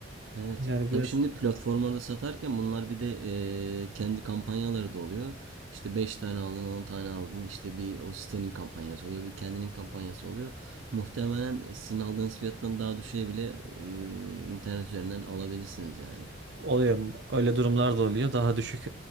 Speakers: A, on the right; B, on the right.
A: Evet.
B: Yani
A: Tabii
B: biraz
A: şimdi platformlarda satarken bunlar bir de eee, kendi kampanyaları da oluyor. İşte 5 tane aldın, 10 tane aldın. İşte bir o sitenin kampanyası oluyor, bir kendinin kampanyası oluyor. Muhtemelen sizin aldığınız fiyattan daha düşeye bile eee, internet üzerinden alabilirsiniz yani.
B: Oluyor. Öyle durumlar da oluyor. Daha düşük.